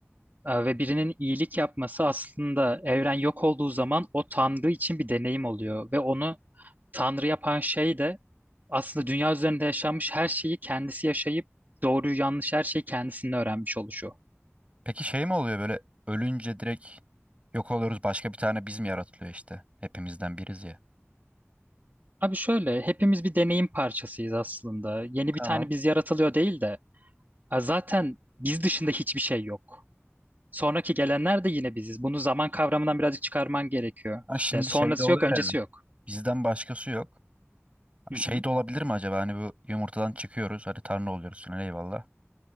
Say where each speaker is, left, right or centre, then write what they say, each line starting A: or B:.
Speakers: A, on the right; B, on the right.
A: Ee, Ve birinin iyilik yapması aslında evren yok olduğu zaman o Tanrı için bir deneyim oluyor. Ve onu Tanrı yapan şey de aslında dünya üzerinde yaşanmış her şeyi kendisi yaşayıp doğruyu yanlış her şeyi kendisinin öğrenmiş oluşu.
B: Peki şey mi oluyor böyle ölünce direkt yok oluyoruz başka bir tane biz mi yaratılıyor işte? Hepimizden biriz ya.
A: Abi şöyle hepimiz bir deneyim parçasıyız aslında. Yeni
B: Tamam.
A: bir tane biz yaratılıyor değil de e, zaten biz dışında hiçbir şey yok. Sonraki gelenler de yine biziz. Bunu zaman kavramından birazcık çıkarman gerekiyor.
B: Ha şimdi
A: Yani sonrası
B: şey de oluyor
A: yok, öncesi
B: ya.
A: yok.
B: Bizden başkası yok.
A: Hı
B: Şey
A: hı,
B: de olabilir mi acaba hani bu yumurtadan çıkıyoruz hadi Tanrı oluyoruz falan eyvallah.